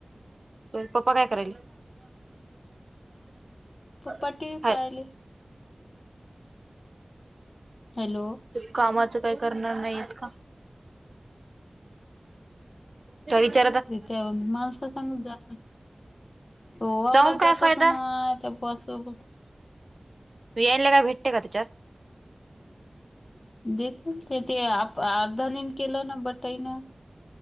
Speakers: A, on the right; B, on the left.
A: होय पप्पा काय करायले? <inaudible>
B: पप्पा टी व्ही
A: हाय
B: पाहायले. हॅलो!
A: कामाचं काय करणार नाहीयेत का? त्वा विचा
B: त्या माणसा संगच जात. हो वावरात
A: जाऊन काय
B: जातोस
A: फायदा
B: ना माय त्या <unintelligible>
A: यायला काय भेटतय का त्याच्यात?
B: देतेन ते ते आप धनीन केलं ना बटाईनं.